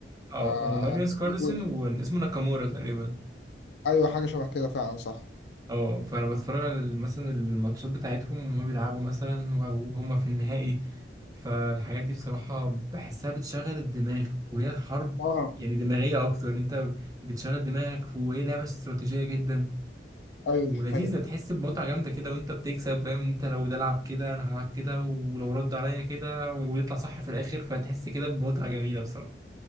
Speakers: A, on the right; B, on the left.
A: اه
B: ف يعني
A: هو ماجنس كارلسن
B: <laughs>
A: واسمه ناكامورا تقريبا
B: ايوه حاجة شبه كده فعلا صح
A: اه فانا بتفرج على مثلا الماتشات بتاعتهم وهم بيلعبوا مثلا او هم في النهائي فالحاجات دي بصراحة بحسها بتشغل الدماغ وهي الحرب
B: اه
A: يعني دماغية أكتر أنت بتشغل دماغك وهي لعبة استراتيجية جدا
B: ايوه
A: ولذيذة
B: دي حقيقة
A: تحس بمتعة جامدة كده وأنت بتكسب فاهم أنت لو ده لعب كده أنا هلعب كده ولو رد عليا كده ويطلع صح في الآخر فتحس كده بمتعة جميلة بصراحة